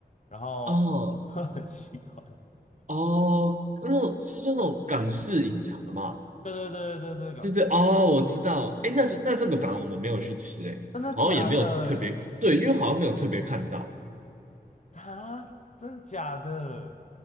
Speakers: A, on the left; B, on the right.
A: 然后
B: 哦，
A: <laughs> 很喜欢。
B: 哦，那种是那种港式饮茶嘛？
A: 对对对对对，港式饮茶，
B: 是这，哦，我知道。
A: 对对，
B: 哎，那是那这个反而我们没有去吃，哎，
A: 真的假的？
B: 好像也没有特别，对，因为好像没有特别看到。
A: 他真的假的？